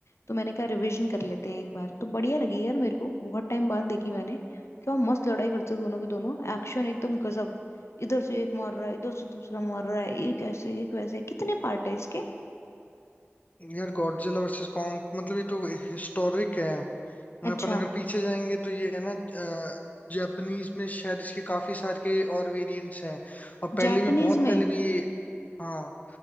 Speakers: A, on the left; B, on the left.
A: तो मैंने कहा रिवीजन कर लेते हैं एक बार तो बढ़िया लगी यार मेरे को बहुत टाइम बाद देखी मैंने क्या मस्त लड़ाई करते दोनों के दोनों एक्शन एकदम गजब इधर से एक मार रहा है इधर से दूसरा मार रहा है एक ऐसे एक वैसे कितने पार्ट है इसके
B: यार गॉडजिला वर्सेस कॉन्ग मतलब ये तो हिस्टोरिक है ना,
A: अच्छा
B: अपन अगर पीछे जाएंगे तो ये है ना जापानीज में शायद इसके काफी सारे के और वेरिएंट्स हैं और पहले
A: जापानीज
B: भी बहुत
A: में
B: पहले भी ये हाँ